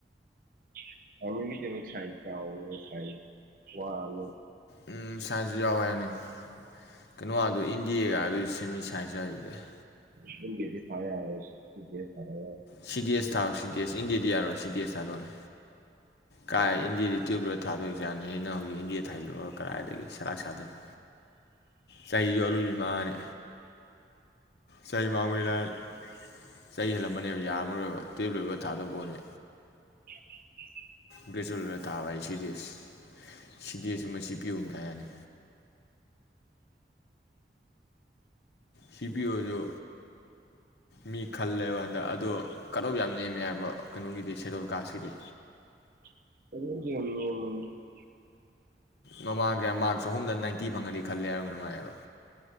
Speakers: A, on the right; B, on the left.
A: <unintelligible> ꯋꯥ <unintelligible>
B: ꯎꯝ ꯁꯥꯏꯁꯨ ꯌꯥꯎꯑꯦ ꯍꯥꯏꯕꯅꯦ ꯀꯩꯅꯣ ꯏꯟꯗꯤꯑꯦ ꯒꯥꯏꯗꯨꯗꯤ ꯁꯦꯝꯃꯤ <unintelligible> <unintelligible>
A: <unintelligible> ꯁꯤ ꯗꯤ ꯑꯦꯁ ꯊꯥꯗꯥ ꯌꯥꯔꯣꯏ
B: ꯁꯤ ꯗꯤ ꯑꯦꯁ ꯊꯥꯎ ꯁꯤ ꯗꯤ ꯑꯦꯁ ꯏꯟꯗꯤꯌꯦ ꯗꯤ ꯌꯥꯔꯣꯏ ꯁꯤ ꯗꯤ ꯑꯦꯁ ꯊꯗꯣꯔꯦ ꯀꯥꯏ ꯏꯟꯗꯤꯑꯦꯗꯤ ꯇ꯭ꯌꯨꯜꯚ ꯂꯣꯏꯔꯥ ꯊꯥꯗꯣꯏ ꯑꯦꯛꯓꯥꯝ ꯅꯤꯅꯥ ꯏꯅꯥꯎ <unintelligible> ꯊꯥꯏꯗꯣꯛꯑꯒ ꯀꯗꯥꯏꯗꯒꯤ ꯁꯔꯥꯛ ꯁꯥꯗꯣꯏꯅꯤ ꯆꯍꯤꯁꯨ ꯑꯔꯣꯏꯕꯤ ꯃꯥꯡꯉꯥꯅꯤ ꯆꯍꯤ ꯃꯥꯡꯕꯗꯤ ꯂꯥꯏꯔꯗꯅꯥ ꯆꯍꯤ ꯍꯦꯜꯂꯝꯃꯅꯦꯕ ꯌꯥꯔꯝꯃꯔꯣꯏꯕ ꯇ꯭ꯌꯨꯜꯚ ꯂꯣꯏꯕ ꯊꯥꯗꯧ ꯄꯣꯠꯅꯤ
A: <unintelligible>
B: ꯒ꯭ꯔꯦꯖꯨꯋꯦꯠ ꯂꯣꯏꯔ ꯊꯥꯕ ꯍꯥꯏ ꯁꯤ D S C D S ꯒꯨꯝꯕ ꯁꯤ ꯄꯤ ꯌꯣ ꯒꯨꯝꯕꯥ ꯊꯕꯥ ꯌꯥꯅꯤ ꯁꯤ ꯄꯤ ꯑꯣꯁꯨ ꯃꯤ ꯈꯜꯂꯦꯕꯥ ꯍꯟꯗꯛ ꯑꯗꯣ ꯀꯠ‌ ꯑꯣꯐ ꯌꯥꯝ ꯅꯦꯝꯃꯦ ꯍꯥꯏꯕ ꯀꯩꯅꯣꯒꯤꯗꯤ ꯁꯦꯗꯨꯜ ꯀꯥꯁꯀꯤꯗꯤ
A: <unintelligible> <inaudible>
B: ꯃꯃꯥꯡ ꯀꯩꯌꯥ ꯃꯥꯔꯛ ꯆꯍꯨꯝꯗ ꯅꯥꯏꯟꯇꯤ ꯐꯪꯉꯥꯗꯤ ꯈꯜꯂꯦ <unintelligible> ꯅꯨꯡꯉꯥꯏꯌꯦꯕ